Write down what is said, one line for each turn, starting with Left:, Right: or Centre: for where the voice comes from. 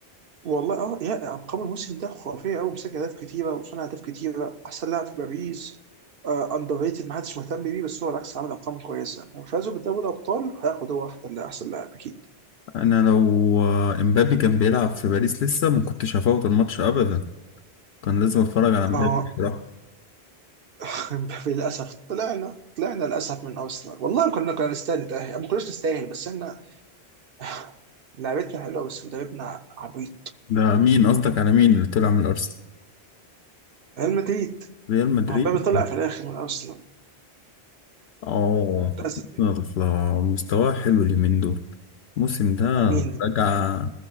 Right: والله اه يا ارقام الموسم ده خرافيه قوي مسجل اهداف كتيره وصنع اهداف كتيره احسن لاعب في باريس اندر ريتد ما حدش مهتم بيه بس هو بالعكس عامل ارقام كويسه لو فازوا بالدوري الابطال هياخد هو واحد احسن لاعب اكيد
Left: انا لو آه، امبابي كان بيلعب في باريس لسه ما كنتش هفوت الماتش ابدا كان لازم اتفرج على امبابي
Right: اه
Left: بصراحه
Right: <laughs> للاسف طلعنا طلعنا للاسف من ارسنال والله كنا كنا نستاهل نتاهل ما كناش نستاهل بس احنا <laughs> لعبتنا حلوه بس مدربنا عبيط
Left: ده مين قصدك على مين اللي طلع من الارسنال
Right: ريال مدريد
Left: ريال مدريد
Right: ما هو مبابي طلع في الاخر من ارسنال
Left: اه
Right: للأسف.
Left: يلا، مستواه حلو اليومين دول الموسم ده
Right: مين
Left: رجع